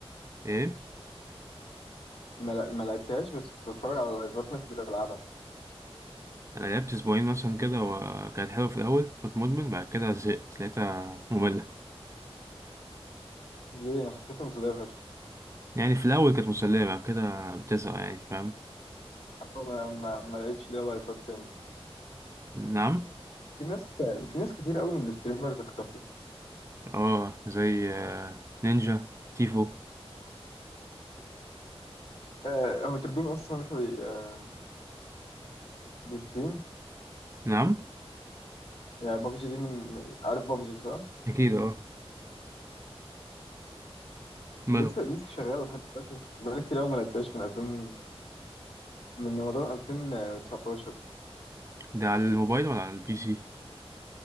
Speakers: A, on the right; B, on the left.
A: ايه
B: ما لع- ما لعبتهاش بس كنت بتفرج على لايفات ناس بتلعبها
A: انا لعبت اسبوعين مثلا كده وكانت حلوه في الاول كنت مدمن بعد كده زهقت لقيتها ممله
B: ليه أنا حسيتها مسلية فشخ
A: يعني في الاول كانت مسليه بعد كده بتزهق يعني فاهم
B: حتى أنا ما ما لقيتش ليها لايفات تاني
A: نعم
B: في ناس في ناس كتير قوي من الستريمرز اختفوا
A: اه زي آه، نينجا تيفو
B: آه، هو تربين أصلا لسه بي- آه، بيستريم
A: نعم
B: يعني بابجي دي من عارف بابجي صح؟
A: اكيد اه
B: لسه
A: ماله
B: لسه شغالة لحد دلوقتي بقالي كتير قوي ما لعبتهاش من 2000 من رمضان 2019
A: ده على الموبايل ولا على البي سي